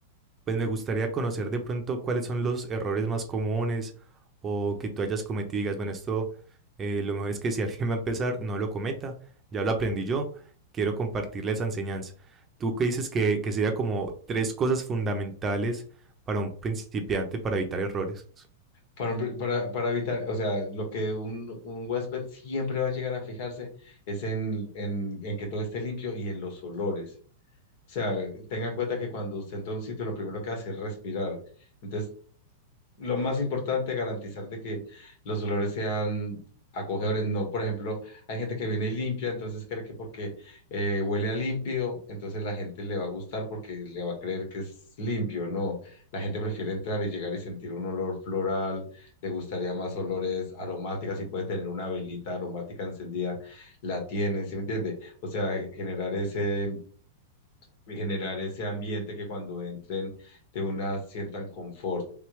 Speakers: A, on the right; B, on the left.
A: pues me gustaría conocer de pronto cuáles son los errores más comunes o que tú hayas cometido y digas, bueno, esto eh, lo mejor es que si <laughs> alguien va a empezar, no lo cometa, ya lo aprendí yo, quiero compartirle esa enseñanza. ¿Tú qué dices que, que sería como tres cosas fundamentales para un principiante para evitar errores?
B: Para, para, para evitar, o sea, lo que un, un huésped siempre va a llegar a fijarse es en, en, en que todo esté limpio y en los olores. O sea, tenga en cuenta que cuando usted entra a un sitio, lo primero que hace es respirar. Entonces, lo más importante, garantizar de que los olores sean acogedores. No, por ejemplo, hay gente que viene y limpia, entonces cree que porque eh, huele a limpio, entonces la gente le va a gustar porque le va a creer que es limpio. No, la gente prefiere entrar y llegar y sentir un olor floral, le gustaría más olores aromáticas, si puede tener una velita aromática encendida, la tiene, ¿sí me entiende? O sea, generar ese y generar ese ambiente que cuando entren de una sientan confort.